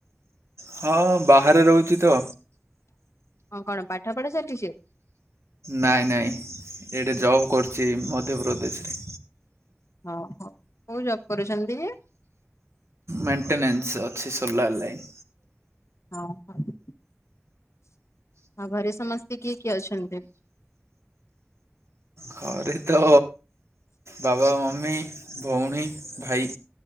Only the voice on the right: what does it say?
ହଁ ବାହାରେ ରହୁଚି ତ।
ନାଇଁ ନାଇଁ ଏଇଠେ ଜବ୍ କରୁଛି ମଧ୍ୟପ୍ରଦେଶରେ।
ମେଣ୍ଟେନେନ୍ସ ଅଛି ସୋଲାର ଲାଇନ୍।
ଘରେ ତ ବାବା ମା- ମମୀ ଭଉଣୀ ଭାଇ